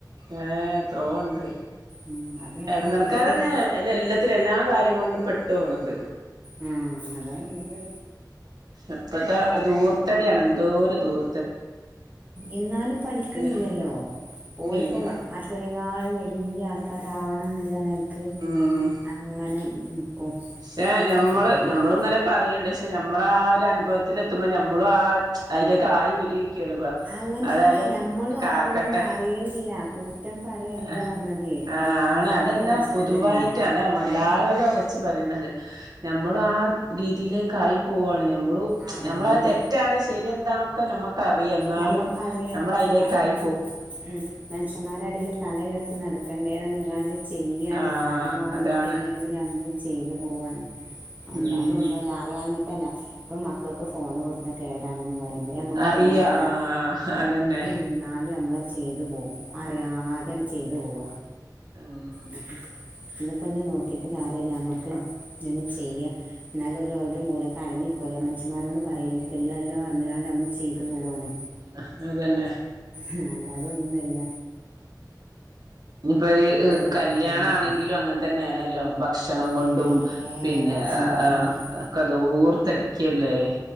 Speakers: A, on the right; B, on the right.
A: ഏ എത്രോ ഉണ്ട്
B: ഉം അത് നമ്മൾ
A: ഇടനൽക്കാരന്ന
B: അറിയുന്നില്ല
A: എല്ലാത്തിലും എല്ലാം കാര്യം കൊണ്ട്ും പെട്ടണത്
B: ഉം അല്ലാ പിന്നെ
A: എപ്പത്തെ ദൂർത്തടിയാണ് എന്തോര ദൂർ
B: ഇന്നാലും പഠിക്ക്ണില്ലല്ലോ?
A: ഇല്ല
B: ഓൽക്കും
A: ഇല്ല
B: മറ്റല്ലെയ്ക്കാനും വെയ് ഈ ആൾക്കാരാവണം എന്നില്ല നിനക്ക്
A: ഉം
B: അങ്ങനെ നിക്കും
A: പക്ഷെ ഞമ്മള്
B: അതാള്ളത്
A: നഞമ്മള ഇങ്ങനെ പറയണ്ട് നമ്മളാഒരു അനുഭവത്തിലെത്തുമ്പോ നമ്മളും ആ അയിലേക്ക് ആയി വരൊയ്. കിലുപ്പ
B: അങ്ങനെയല്ല
A: അതായാലും
B: നമ്മളും
A: കാക്കട്ടെ
B: ആവണുണ്ട് അറിയണില്ല കുറ്റം പറയല്ല
A: ആ
B: പറഞ്ഞത്
A: ആ
B: എല്ലാരെയും
A: ആണ് അതെന്നെ
B: അവസ്ഥ
A: പൊതുവായിട്ട്
B: അതന്നെയാണ്
A: അതാ ല്ലാരുത്തും വെച്ച് പറി. നമ്മൾ ആ രീതിയിലേക്ക ആയി പോവാണ് ന്നു
B: ആഹ്
A: നമ്മളത്
B: അതാണ്
A: തെറ്റാണ് ശരി ന്താന്നൊക്കെ നമ്മക്കറിയാം ന്നാലും
B: ഞമ്മക്കറിയും
A: നമ്മളയിലേക്കായി.
B: അപ്പറം ഉം മനുഷ്യമാരുടേല് തലയുർത്തി നട രണ്ടേലെന്നുങ്ങാണ്ട് ചെയ്യാണ്.
A: ആ
B: കടം വാങ്ങിട്ടെങ്കിലും
A: അതാണ്
B: നമ്മൾ ചെയ്തു പോവാണ്. അല്ലാതൊന്നൊല്ല
A: ഉം
B: അറിയാഞ്ഞിട്ടല്ല പ്പൊ മക്കക്ക് ഫോണ് കൊടുത്ത കേടാണെന്ന് പറിം. അല്ലേ നമ്മക്ക്റിയാനിട്ടാ
A: അറിയ ആ അതന്നെ
B: എന്നാലും നമ്മള ചെയ്തു പോ അറിയാതെണ്ട് ചെയ്തു പോക.
A: ഉം
B: ഉ <inaudible> ഇന്നിപ്പോഞ്ഞ് നോക്കിറ്റ് കാര്യല്ല നമ്മക്ക് ഇങ്ങനെ ചെയ്യാ ന്നാലൊരു മൂലൊക്കെടങ്ങി കൊല്ലം മനുഷ്യൻമാരോട് പറയിപ്പിക്കില്ലല്ലോ പറഞ്ഞുകാണ്ട് നമ്മൾ ചെയ്തു പോകാണ്.
A: ആ അതന്നെ.
B: ആ അല്ല അതൊന്നുല്ല.
A: ഇനിപ്പോ ഒരു
B: ഒടുക്കയിലൊന്ന്
A: കല്യാണാണെങ്കിലും
B: പോ
A: അങ്ങനെ തന്നെയാണല്ലോ, ഭക് ഭക്ഷണം കൊണ്ടും
B: ഏ
A: പിന്നെ
B: ഭക്ഷണം
A: ആ
B: കൊണ്ട് ഇതൊക്കെ
A: ഒക്കെ ധൂർത്തടിക്കല്ലേ